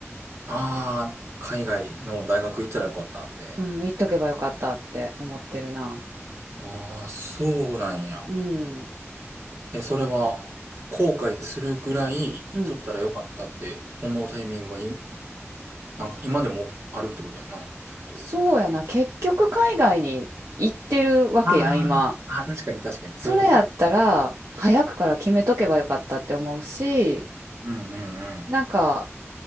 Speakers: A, on the right; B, on the right.
A: ああ、海外の大学行ったらよかったって。
B: うん、行っとけばよかったって思ってるな。
A: ああ、そうなんや。
B: うん、
A: え、それは、後悔するぐらい、
B: うん。
A: 言っとったらよかったって思うタイミングがい、なんか今でもあるってことやな、きっと。
B: そうやな、結局海外に行ってるわけやん、
A: あーあー、
B: 今。
A: 確かに確かに、
B: それやったら、
A: そういうことね。うん。
B: 早くから決めとけばよかったって思うし、
A: うんうんうん。
B: なんか、